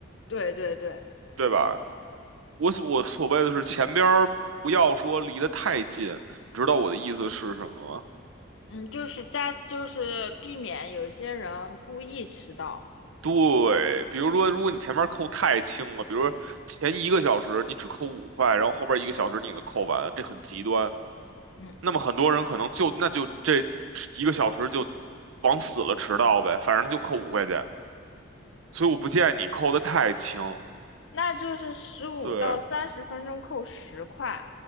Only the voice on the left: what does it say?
对对对，
嗯，就是加，就是避免有些人故意迟到。
嗯。
那就是十五到三十分钟扣十块，